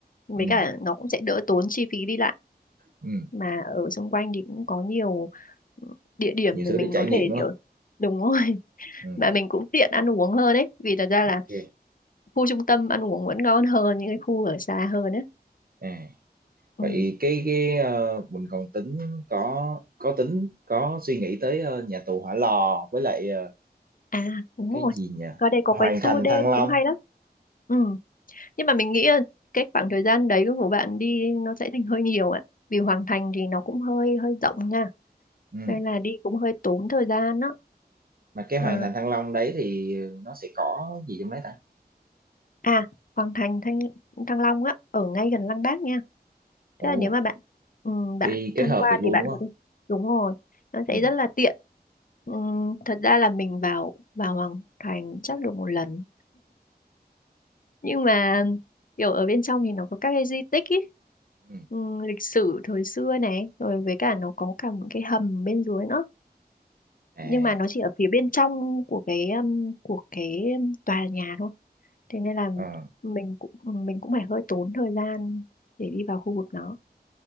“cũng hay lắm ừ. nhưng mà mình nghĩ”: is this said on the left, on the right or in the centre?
Left